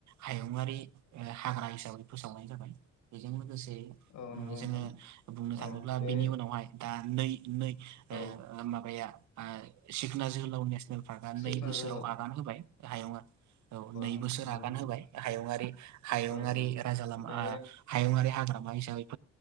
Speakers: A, on the right; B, on the left.
A: हायुङारि हाग्रा हिसाबै फोसावनाय जाबाय बेजों लोगोसे जोङो
B: औ नंगौ नोंथां
A: बुंनो थाङोब्ला
B: औ बे
A: बेनि उनावहाय दा मोननै मोननै
B: औ
A: ओ माबाया आ सिखना जोहोलाव नेस फारगा
B: सिखना
A: नै बोसोराव
B: जोहोलाव
A: आगान होबाय हायुङा औ नै
B: हागोन
A: बोसोर
B: नंगौ
A: आगान
B: नोंथां
A: होबाय हायुंङारि हायुङारि
B: औ औ
A: राजा लामा
B: बे
A: हायुङारि हाग्रा मायसाब